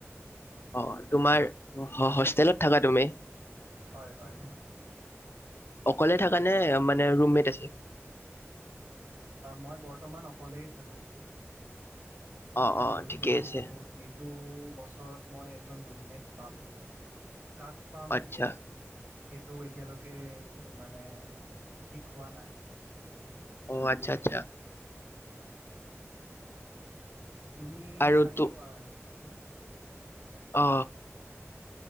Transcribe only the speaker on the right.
উম
হয় হয়
মই বৰ্তমান অকলেই থাকোঁ।
কিন্তু
টো, বছৰত মই এজন ৰুমমেট পাম। কাক পাম
সেইটো এতিয়ালৈকে মানে ঠিক হোৱা নাই।
তুমি
চাই
লোৱা আৰু হম।